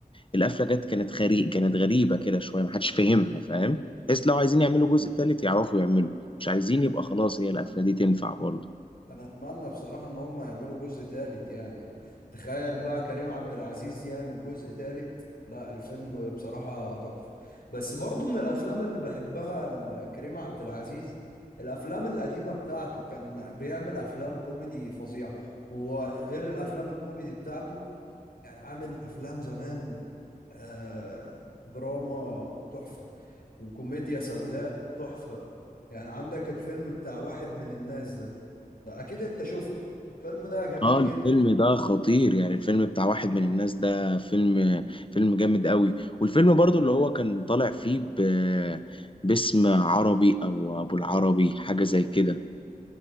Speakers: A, on the left; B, on the left.
A: القفلة جت كانت غريب كانت غريبة كده شوية ما حدش فاهمها فاهم بس لو عايزين يعملوا جزء تالت يعرفوا يعملوا مش عايزين يبقى خلاص هي القفلة دي تنفع برضه
B: انا اتمنى بصراحة ان هم يعملوا جزء تالت يعني تخيل بقى كريم عبد العزيز يعمل جزء تالت لا الفيلم بصراحة تحفة بس برضو من الافلام اللي بحبها ل- كريم عبد العزيز الافلام القديمة بتاعته كان بيعمل افلام كوميدي فظيعة وغير الافلام الكوميدي بتاعته يعني عامل افلام زمان آه، دراما تحفة وكوميديا سوداء تحفة يعني عندك الفيلم بتاع واحد من الناس ده ده اكيد انت شفته الفيلم ده جميل
A: اه الفيلم
B: جدا
A: ده خطير يعني الفيلم بتاع واحد من الناس ده فيلم فيلم جامد قوي والفيلم برضو اللي هو كان طالع فيه ب... باسم عربي او ابو العربي حاجة زي كده